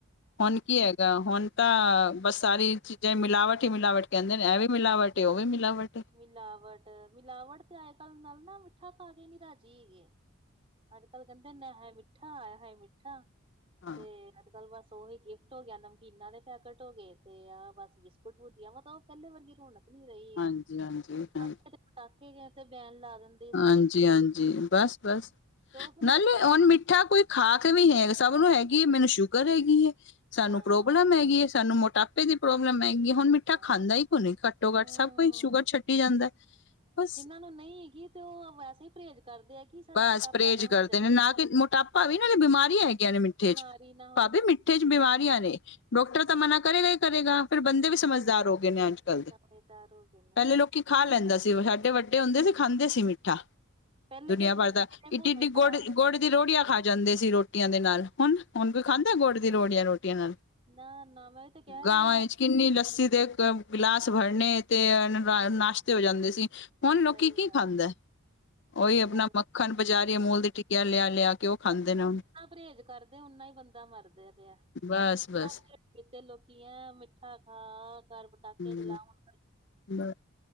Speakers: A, on the left; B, on the right.
A: ਹੁਣ ਕੀ ਹੈਗਾ ਹੁਣ ਤਾਂ ਬਸ ਸਾਰੀ ਚੀਜ਼ਾਂ ਮਿਲਾਵਟ ਹੀ ਮਿਲਾਵਟ ਕਹਿੰਦੇ ਨੇ, ਐਹ ਵੀ ਮਿਲਾਵਟ ਹੈ ਉਹ ਵੀ ਮਿਲਾਵਟ।
B: ਮਿਲਾਵਟ, ਮਿਲਾਵਟ ਤੇ ਅੱਜ ਕੱਲ ਨਾਲ ਮਿੱਠਾ ਖਾ ਕੇ ਨੀ ਰਾਜੀ ਹੈਗੇ। ਅੱਜ- ਕੱਲ ਕਹਿੰਦੇ ਨੇ ਹਾਏ ਮਿੱਠਾ, ਆਏ ਹਾਏ ਮਿੱਠਾ,
A: ਹਾਂ
B: ਤੇ ਅੱਜ -ਕੱਲ ਬਸ। ਉਹੀ ਗਿਫਟ ਹੋ ਗਿਆ, ਨਮਕੀਨਾਂ ਦੇ ਪੈਕਟ ਹੋ ਗਏ, ਤੇ ਆ ਬਸ ਬਿਸਕੁਟ ਭੂਜੀਆ, ਮਤਲਬ ਉਹ ਪਹਿਲੇ ਵਰਗੀ ਰੌਣਕ। ਰੌਣਕ ਨੀ ਰਹੀ ਹੈਗੀ,
A: ਹਾਂਜੀ ਹਾਂਜੀ
B: ਪਟਾਕੇ
A: ਹਾਂ
B: ਤੇ ਪਟਾਕੇ ਗ ਤੇ ਬੈਨ ਲਾ ਦੇਣ
A: ਹਾਂਜੀ- ਹਾਂਜੀ, ਬਸ- ਬਸ
B: ਉਹ ਫਿਰ
A: ਨਾਲੇ
B: ਕਰ
A: ਹੁਣ ਮਿੱਠਾ ਕੋਈ ਖਾ ਕੇ ਵੀ ਹੈ, ਸਭ ਨੂੰ ਹੈਗੀ, ਮੈਨੂੰ ਸ਼ੂਗਰ ਹੈਗੀ ਐ? ਸਾਨੂੰ
B: ਹਾਂ
A: ਪ੍ਰੋਬਲਮ
B: ਹਾਂ
A: ਹੈਗੀ ਏ, ਸਾਨੂੰ ਮੋਟਾਪੇ ਦੀ ਪ੍ਰੋਬਲਮ ਹੈਗੀ ਏ ਹੁਣ ਮਿੱਠਾ
B: ਹਾਂ
A: ਖਾਂਦਾਈ ਕੋਈ ਨਹੀਂ, ਘੱਟੋ-
B: ਹੂੰ
A: ਘੱਟ ਸਭ ਕੋਈ ਸ਼ੂਗਰ ਛੱਡੀ ਹੀ ਜਾਂਦਾ ਬਸ।
B: ਹੁਣ ਉਹ ਨਹੀਂ ਹੈਗੀ। ਤੇ ਉਹ ਵੈਸੇ ਪਰਹੇਜ਼ ਕਰਦੇ ਆ ਕਿ ਸਾਡਾ
A: ਬਸ
B: ਮੋਟਾਪਾ
A: ਪਰਹੇਜ
B: ਨਾ ਹੋ
A: ਕਰਦੇ
B: ਜਾਵੇ
A: ਨੇ, ਨਾ ਕਿ ਮੋਟਾਪਾ ਵੀ ਨਾ ਨੇ ਬਿਮਾਰੀਆਂ ਹੈਗੀਆਂ ਨੇ ਮਿੱਠੇ
B: ਬਿਮਾਰੀ
A: 'ਚ
B: ਨਾ ਹੋ
A: ਭਾਬੀ
B: ਜੇ
A: ਮਿੱਠੇ 'ਚ ਬਿਮਾਰੀਆਂ ਨੇ, ਡੋਕਟਰ ਤਾਂ
B: ਹਾਂ
A: ਮਨਾ ਕਰੇਗਾ
B: ਹਾਂ
A: ਹੀ ਕਰੇਗਾ। ਫੇਰ ਬੰਦੇ ਵੀ ਸਮਝਦਾਰ ਹੋ ਗਏ ਨੇ ਅੱਜ ਗਲਤ,
B: ਸਮਝਦਾਰ ਹੋ ਗਏ ਨੇ
A: ਪਹਿਲੇ
B: ਹਾਂ
A: ਲੋਕੀ ਖਾ ਲੈਂਦਾ ਸੀ, ਸਾਡੇ ਵੱਡੇ ਹੁੰਦੇ ਸੀ ਖਾਂਦੇ ਸੀ ਮਿੱਠਾ।
B: ਪਹਿਲੇ
A: ਦੁਨੀਆਂ
B: ਤਾਂ ਲੋਕੀ
A: ਭਰ ਦਾ,
B: ਜਿਵੇਂ
A: ਇਡੀ-
B: ਭੋਲੇ
A: ਇਡੀ
B: ਭਾਲੇ
A: ਗੁੜ ਗੁੜ,
B: ਹੁੰਦੇ
A: ਦੀ ਰੋਹੜੀਆਂ
B: ਸੀ
A: ਖਾ ਜਾਂਦੇ ਸੀ ਰੋਟੀਆਂ ਦੇ ਨਾਲ ਹੁਣ, ਹੁਣ ਕੋਈ ਖਾਂਦਾ ਗੁੜ ਦੀ ਰੋਹੜੀਆਂ ਰੋਟੀਆਂ ਨਾਲ।
B: ਨਾ- ਨਾ ਮੈਂ ਵੀ ਤੇ ਕਹਿ
A: ਗਾਵਾਂ
B: ਰਹੀ ਆਂ।
A: ਵਿੱਚ ਕਿੰਨੀ ਲੱਸੀ ਦੇ ਅ ਗਿਲਾਸ ਭਰਨੇ ਤੇ ਨਾਸ਼ਤੇ ਹੋ ਜਾਂਦੇ ਸੀ? ਹੁਣ ਲੋਕੀ
B: ਸਹੀ
A: ਕੀ
B: ਗੱਲ
A: ਖਾਂਦਾ, ਉਹੀ
B: ਸਹੀ
A: ਆਪਣਾ
B: ਗੱਲ
A: ਮੱਖਣ ਬਾਜ਼ਾਰੀ ਅਮੂਲ ਦੀ ਟਿੱਕੀਆ ਲਿਆ- ਲਿਆ। ਕੇ ਉਹ ਖਾਂਦੇ
B: ਅੱਜ- ਕੱਲ
A: ਨੇ ਹੁਣ
B: ਜਿੰਨਾ ਪਰਹੇਜ ਕਰਦੇ, ਓਨਾ ਹੀ ਬੰਦਾ ਮਰਦਾ ਪਿਆ।
A: ਬਸ
B: ਅੱਜ,
A: ਬਸ
B: ਬਿਨਾ ਪਰਹੇਜ ਕੀਤੇ ਲੋਕੀ ਐਂ ਮਿੱਠਾ ਖਾ, ਆ ਕਰ, ਪਟਾਕੇ
A: ਹਮ
B: ਚਲਾ ਹੁਣ
A: ਬਸ,